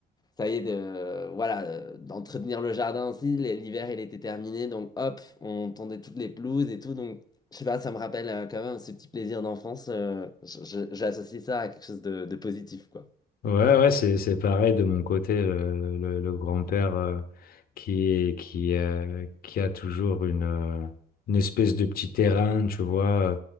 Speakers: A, on the left; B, on the left.
A: ça y est, de, voilà, euh, d'entretenir le jardin aussi. Les- L'hiver, il était terminé, donc hop, on tendait toutes les pelouses et tout. Donc, je sais pas, ça me rappelle euh, quand même ce petit plaisir d'enfance. euh, je- je- j'associe ça à quelque chose de, de positif, quoi.
B: Ouais, ouais, c'est, c'est pareil de mon côté, le, le- le grand-père euh, qui, qui, euh, qui a toujours une, euh, une espèce de petit terrain, tu vois, euh,